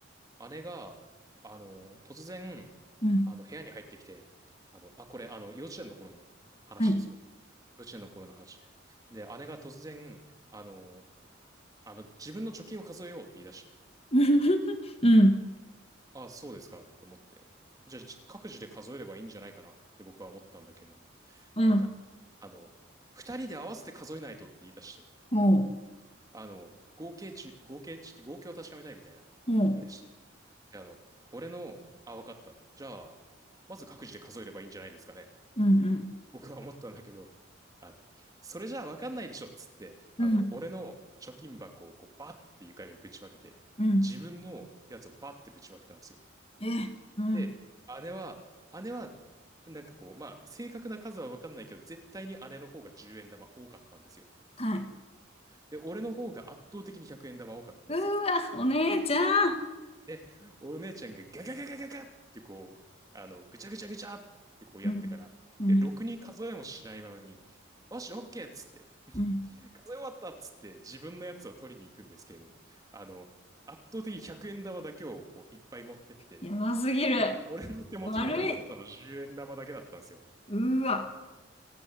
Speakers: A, on the right; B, on the left.
A: 姉が、あの、突然、
B: うん。
A: あの、部屋に入ってきて、あの、あ、これ、あの、幼稚園の頃の話ですよ。
B: はい
A: 幼稚園の頃の話で。で、姉が突然、あの、あの、自分の貯金を数えようって言い出して、
B: <laughs> うん、
A: あ、そうですかって思って、じゃあ、じ各自で数えればいいんじゃないかなって僕は思ったんだけれども、
B: うん、
A: なんか、あの、二人で合わせて数えないとって言い出して、
B: ほう、
A: あの、合計値、合計値って、合計を確かめたいみたいな言い出して。
B: ほう、
A: で、あの、俺の、あ、わかった。じゃあ、まず各自で数えればいいんじゃないですかねってこう、
B: うん、うん、
A: 僕は思ったんだけど、あの、それじゃあわかんないでしょっつって、あの、
B: うん、
A: 俺の貯金箱をこう、バッて床にぶちまけて、
B: うん、
A: 自分のやつをバッてぶちまけたんですよ。
B: え、うん、
A: で、姉は、姉は、なんかこう、まあ、正確な数は分かんないけど、絶対に姉の方が10円玉多かったんですよ。
B: はい。
A: で、俺の方が圧倒的に100円玉多かったんですよ。
B: うーわ、お姉ちゃん。
A: え、お姉ちゃんがガガガガガガってこう、あの、ぐちゃぐちゃぐちゃってこうやってから、
B: うん、うん、
A: で、ろくに数えもしないままに、よし、オッケーっつって、
B: うん。
A: 数え終わったっつって、自分のやつを取りに行くんですけれども、あの、圧倒的に100円玉だけをこういっぱい持ってって、
B: やばすぎる。
A: で、俺の手元に残ったの10円玉だけだったんですよ。
B: 悪い。うーわ、